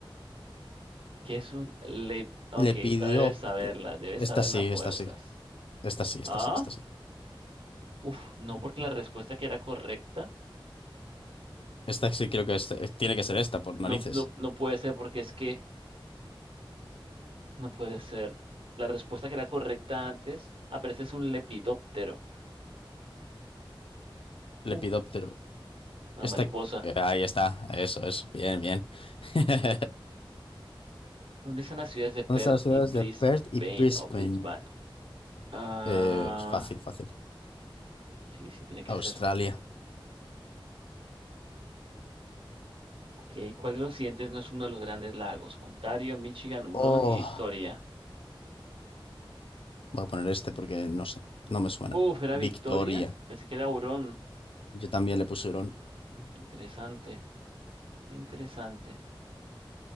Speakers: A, on the right; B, on the left.
A: ¿Qué es un le? Ok,
B: Lepidióptero.
A: esta debes saberla. Debes
B: Esta
A: saberla
B: sí,
A: fuerzas.
B: esta sí. Esta sí, esta
A: ¿Ah?
B: sí, esta sí.
A: Uf, no, porque la respuesta que era correcta.
B: Esta sí creo que es- tiene que ser esta, por
A: No,
B: narices.
A: no, no puede ser porque es que. No puede ser. La respuesta que era correcta antes, aparece es un lepidóptero.
B: Lepidóptero.
A: Uh, una
B: Este,
A: mariposa.
B: eh, ahí está, eso, eso, bien, bien. <laughs>
A: ¿Dónde están las ciudades de Perth
B: ¿Dónde están las ciudades
A: y Brisbane
B: de Perth y Brisbane?
A: o Brisbane? Ah,
B: Eh, es fácil, fácil.
A: sí, sí, tiene que
B: Australia.
A: ser. Ok, ¿cuál de los siguientes no es uno de los grandes lagos? Ontario, Michigan, Hurón
B: Oh,
A: y Victoria.
B: voy a poner este porque no sé, no me suena.
A: Uf, ¿era
B: Victoria.
A: Victoria? Pensé que era Hurón.
B: Yo también le puse Hurón.
A: Mm, Interesante, interesante.